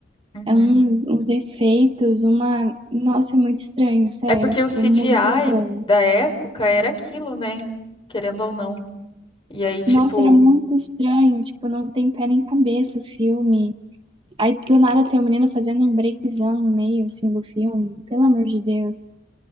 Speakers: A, on the left; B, on the right.
A: Uhum.
B: É uns, uns efeitos, uma. Nossa, é muito estranho, sério.
A: É porque
B: Tipo,
A: o CGI
B: muito estranho.
A: da época era aquilo, né? Querendo ou não. E aí, tipo.
B: Nossa, era muito estranho. Tipo, não tem pé nem cabeça o filme. Aí do nada tem o um menino fazendo um breakzão no meio, assim, do filme. Pelo amor de Deus.